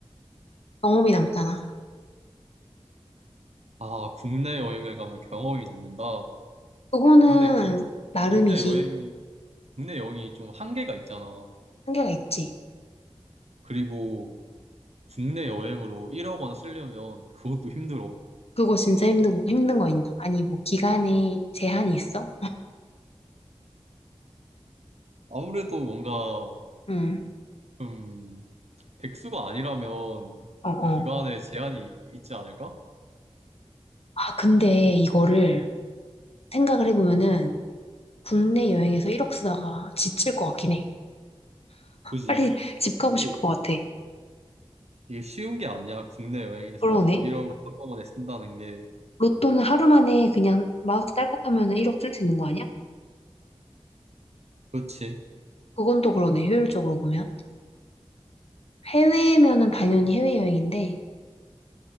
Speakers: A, on the left (about 65°); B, on the right (about 75°).
A: 경험이 남잖아.
B: 아, 국내 여행을 가면 경험이 남는다.
A: 그거는,
B: 근데 국,
A: 나름이지.
B: 국내 여행이 국내 여행이 좀 한계가 있잖아.
A: 한계가 있지.
B: 그리고 국내 여행으로 1억 원 쓰려면 그것도 힘들어.
A: 그거 진짜 힘든, 힘든 거 인정. 아니, 뭐, 기간에 제한이 있어?
B: 아무래도 뭔가
A: 응,
B: 음, 백수가 아니라면
A: 어, 어.
B: 기간에 제한이 있지 않을까?
A: 아, 근데 이거를 생각을 해보면은, 국내 여행에서 1억 쓰다가 지칠 것 같긴 해.
B: 그지.
A: 빨리 <laughs> 집 가고
B: 이게,
A: 싶을 것 같아.
B: 이게 쉬운 게 아니야. 국내 여행에서
A: 그러네.
B: 1억을 한꺼번에 쓴다는 게.
A: 로또는 하루 만에 그냥 마우스 딸깍하면은 1억 쓸 수 있는 거 아니야?
B: 그렇지.
A: 그건 또 그러네, 효율적으로 보면. 해외면은 당연히 해외여행인데,